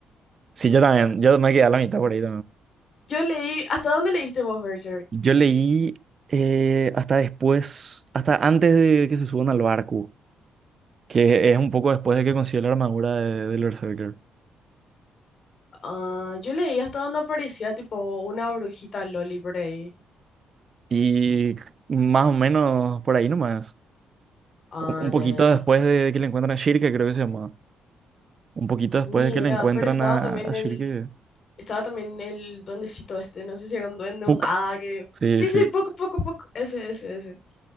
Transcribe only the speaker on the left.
Yo leí, ¿hasta dónde leíste vos Berserk?
Ah, yo leí hasta donde aparecía tipo una brujita Loli por ahí.
Ah,
ya, ya, ya.
Ni
idea,
pero estaba
también
el, estaba también el duendecito este, no sé si era un duende,
un hada que...
Sí,
sí, poco, poco, poco. Ese, ese, ese.